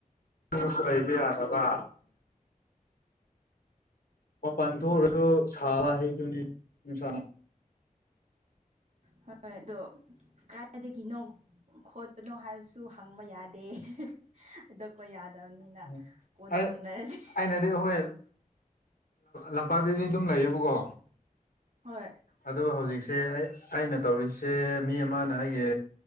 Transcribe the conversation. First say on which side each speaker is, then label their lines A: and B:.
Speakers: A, on the left; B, on the right.
A: <unintelligible> ꯂꯩꯗꯤ ꯌꯥꯗꯕꯥ ꯃꯄꯥꯟ ꯊꯣꯛꯑꯒꯁꯨ ꯁꯥꯕ ꯍꯩꯗꯨꯅꯤ ꯅꯨꯡꯁꯥꯅ
B: ꯍꯣꯏ ꯑꯗꯣ ꯀꯥꯏꯗꯒꯤꯅꯣ ꯈꫭꯠ ꯅꯣ ꯍꯥꯏꯕꯁꯨ ꯍꯪꯕ ꯌꯥꯗꯦ <unintelligible> ꯍꯥꯏꯗꫭꯛꯄ ꯌꯥꯗꯦ ꯅꯤꯅ
A: ꯎꯝ
B: ꯀꯣꯟꯅ
A: ꯑꯩ
B: ꯍꯪꯅꯔꯁꯤ
A: ꯑꯩꯅꯗꯤ ꯑꯩꯈꯣꯏ ꯂꯝꯄꯥꯛꯇꯗꯤ ꯑꯗꯨꯝ ꯂꯩꯌꯦꯕꯀꯣ
B: ꯍꯣꯏ
A: ꯑꯗꯣ ꯍꯧꯖꯤꯛ ꯁꯦ ꯑꯩ-ꯑꯩꯅ ꯇꯧꯔꯤꯁꯦ ꯃꯤ ꯑꯃꯅ ꯑꯩꯒꯤ